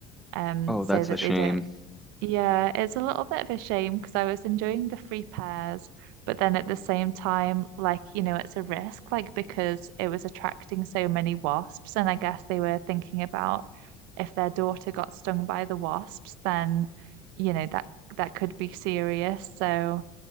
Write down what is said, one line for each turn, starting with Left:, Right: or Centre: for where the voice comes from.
Right: um,
Centre: Oh,
Right: so
Centre: that's
Right: that
Centre: a shame.
Right: they don't yeah, it's a little bit of a shame because I was enjoying the free pairs, but then at the same time, like, you know, it's a risk, like, because it was attracting so many wasps. And I guess they were thinking about if their daughter got stung by the wasps, then, you know, that that could be serious. So.